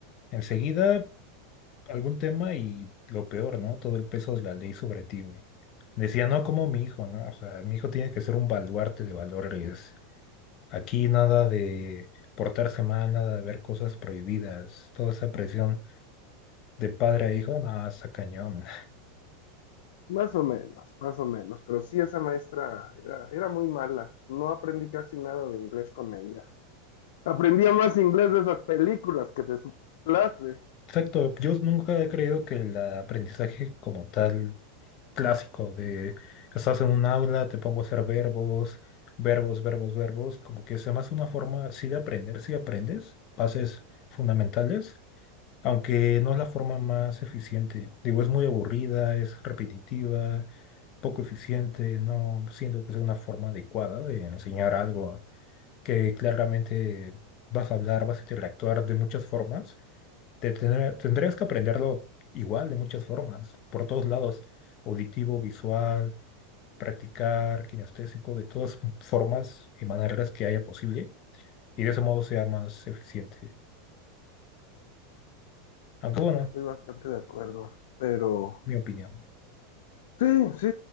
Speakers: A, on the left; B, on the left.
A: enseguida algún tema y lo peor, ¿no? Todo el peso de la ley sobre ti, güey. Decía, no como mi hijo, ¿no? O sea, mi hijo tiene que ser un baluarte de valores. Aquí nada de portarse mal, nada de ver cosas prohibidas. Toda esa presión de padre a hijo, no, está cañón.
B: Más o menos, más o menos, pero sí esa maestra era, era muy mala. No aprendí casi nada de inglés con ella. Aprendía más inglés de esas películas que de su clase.
A: <laughs> Exacto, yo nunca he creído que el aprendizaje como tal clásico de estás en un aula, te pongo a hacer verbos, verbos, verbos, verbos, como que sea más una forma así de aprender, si aprendes, bases fundamentales aunque no es la forma más eficiente. Digo, es muy aburrida, es repetitiva, poco eficiente, no siento que sea una forma adecuada de enseñar algo que claramente vas a hablar, vas a interactuar de muchas formas. Te tendré- tendrías que aprenderlo igual de muchas formas, por todos lados, auditivo, visual, practicar, kinestésico, de todas formas y maneras que haya posible, y de ese modo sea más eficiente. Aunque bueno,
B: Sí, estoy bastante de acuerdo, pero
A: mi opinión.
B: sí, sí.